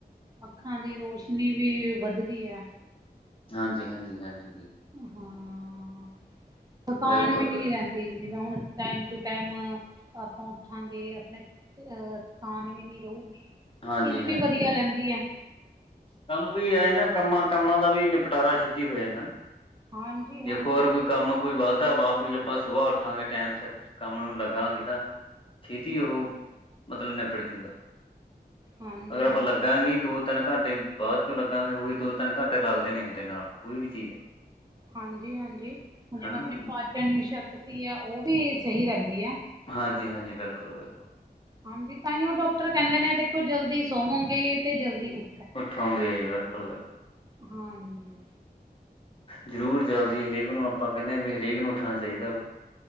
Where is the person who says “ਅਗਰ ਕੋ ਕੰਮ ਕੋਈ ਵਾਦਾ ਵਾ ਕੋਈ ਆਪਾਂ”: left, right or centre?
Left